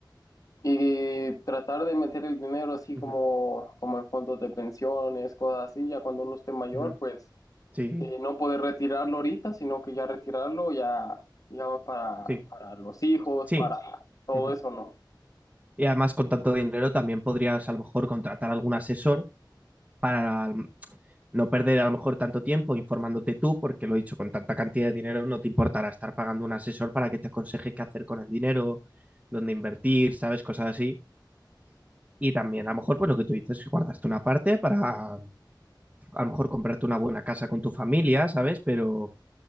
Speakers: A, on the left (about 45°); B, on the right (about 15°).
A: y tratar de meter el dinero así
B: Ujú,
A: como, como en fondos de pensiones, cosas así, ya cuando uno esté mayor,
B: ujú.
A: pues
B: Sí,
A: eh, no poder retirarlo ahorita, sino que ya retirarlo ya, digamos, para,
B: sí,
A: para los hijos,
B: sí.
A: para todo
B: Ujú.
A: eso, ¿no?
B: Y además con tanto dinero también podrías a lo mejor contratar algún asesor para no perder a lo mejor tanto tiempo informándote tú, porque lo he dicho, con tanta cantidad de dinero no te importará estar pagando un asesor para que te aconseje qué hacer con el dinero, dónde invertir, ¿sabes? Cosas así. Y también a lo mejor, pues lo que tú dices, guardaste una parte para a lo mejor comprarte una buena casa con tu familia, ¿sabes? Pero